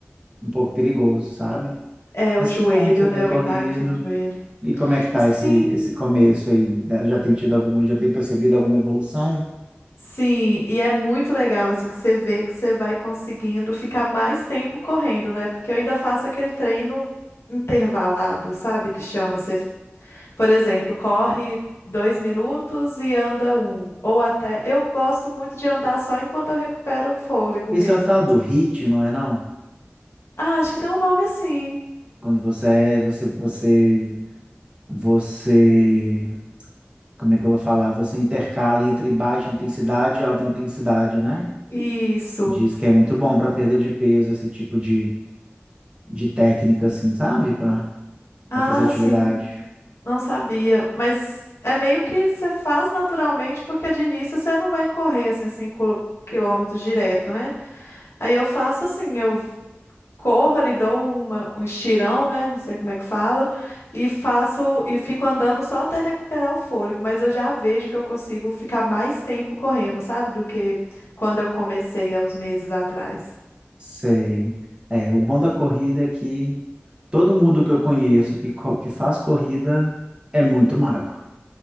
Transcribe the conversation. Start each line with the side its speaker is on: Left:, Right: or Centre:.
Right: um pouco perigoso, sabe?
Left: É,
Right: Mas
Left: o joelho,
Right: que bom que você tem
Left: né? O
Right: corrido.
Left: impacto no joelho.
Right: E como é que tá
Left: Sim,
Right: esse, esse começo aí? Já tem tido alguma, já tem percebido alguma evolução?
Left: sim. E é muito legal, assim, que você vê que você vai conseguindo ficar mais tempo correndo, né? Porque eu ainda faço aquele treino intervalado, sabe? Que chama. Você Por exemplo, corre dois minutos e anda um. Ou até. Eu gosto muito de andar só enquanto eu recupero o fôlego
Right: Esse
Left: mesmo,
Right: é o tal do
Left: assim.
Right: HIIT, não é não?
Left: Ah, acho que tem um nome assim.
Right: Quando você é, você, você, você, como é que eu vou falar? Você intercala entre baixa intensidade e alta intensidade, né?
Left: Isso.
Right: Diz que é muito bom para perda de peso, esse tipo de, de técnica, assim, sabe? Para
Left: Ah,
Right: fazer atividade.
Left: sim. Não sabia. Mas é meio que você faz naturalmente, porque de início você não vai correr assim cinco quilômetros direto, né? Aí eu faço assim, eu corro, lhe dou uma, um estirão, né? Não sei como é que fala, e faço e fico andando só até recuperar o fôlego, mas eu já vejo que eu consigo ficar mais tempo correndo, sabe? Do que quando eu comecei há uns meses atrás.
Right: Sei. É, o bom da corrida é que Todo mundo que eu conheço que, co- que faz corrida é muito magro.